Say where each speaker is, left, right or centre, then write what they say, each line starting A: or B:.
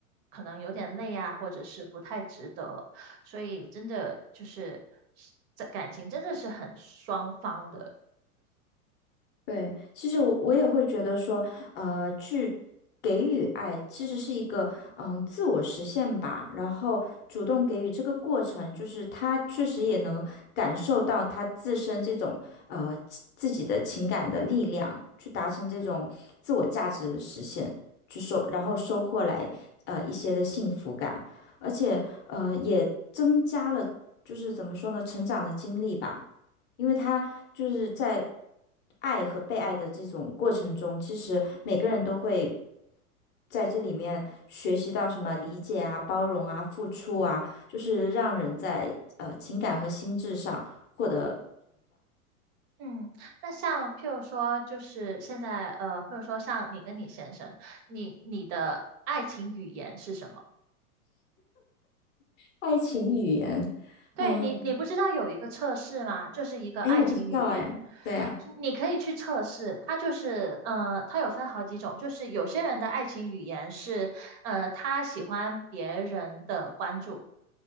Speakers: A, on the right (about 30°); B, on the left (about 25°).
A: 可能有点累啊，或者是不太值得，所以真的就是这感情真的是很双方的。
B: 对，其实我我也会觉得说，呃，去给予爱其实是一个嗯自我实现吧。然后主动给予这个过程，就是他确实也能感受到他自身这种呃自自己的情感的力量，去达成这种自我价值的实现，去收然后收获来呃一些的幸福感，而且呃也增加了就是怎么说呢，成长的经历吧。因为他就是在爱和被爱的这种过程中，其实每个人都会在这里面学习到什么理解啊、包容啊、付出啊，就是让人在呃情感和心智上获得
A: 嗯，那像譬如说，就是现在呃，譬如说像你跟你先生，你你的爱情语言是什么？
B: 爱情语言。
A: 对你，
B: 嗯，
A: 你不知道有一个测试吗？就是一个爱情语言，
B: 哎，我不知道哎，对啊，
A: 你可以去测试。它就是，呃，它有分好几种，就是有些人的爱情语言是，呃，他喜欢别人的关注，